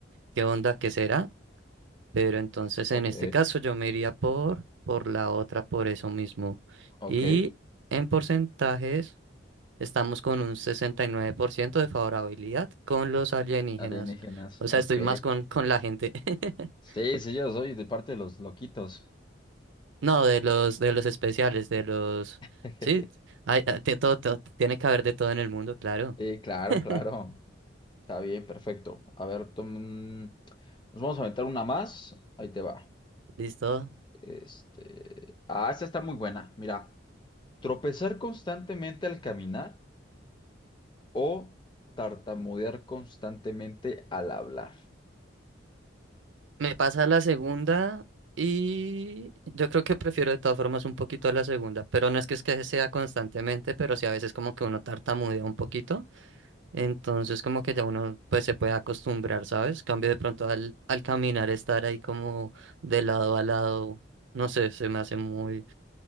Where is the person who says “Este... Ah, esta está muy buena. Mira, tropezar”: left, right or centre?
Left